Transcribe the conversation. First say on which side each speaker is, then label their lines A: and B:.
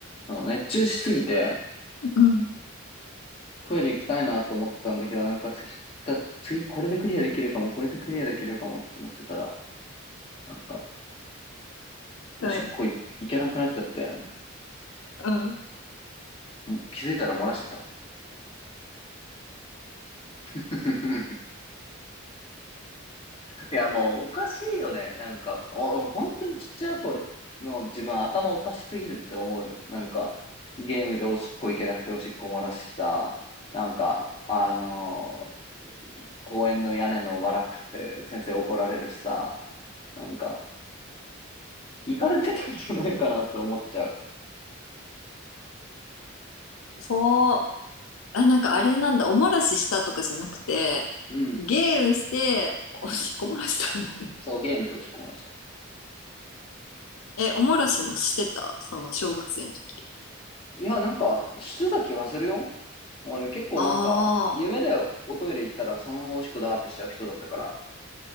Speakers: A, on the left; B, on the left.
A: その、熱中しすぎて、
B: うん、
A: トイレ行きたいなと思ってたんだけど、なんか次、だ、次これでクリアできるかも、これでクリアできるかもと思ってたら、なんか、おしっこい、
B: うん、
A: 行けなくなっちゃったやん。
B: うん。
A: うん気づいたら漏らしてた。<laughs> いや、もうおかしいよね。なんか、お、本当にちっちゃい頃の自分頭おかしすぎるって思うよ。なんか、ゲームでおしっこ行けなくておしっこ漏らしさ、なんか、あのー公園の屋根のわらくって先生怒られるしさ、なんか、行かれてたんじゃないかなと思っちゃう。
B: そう。あ、なんかあれなんだ、お漏らししたとかじゃなくて、
A: うん、
B: ゲームして、おしっこ漏らしたんだね。
A: うん。そう、ゲームで押し込まれました。
B: え、お漏らしもしてたその小学生の時。
A: いや、なんか、してた気がするよ。俺、結構なんか、
B: あ
A: 夢でおトイレ行ったらそのままおしっこだーってしちゃう人だったから。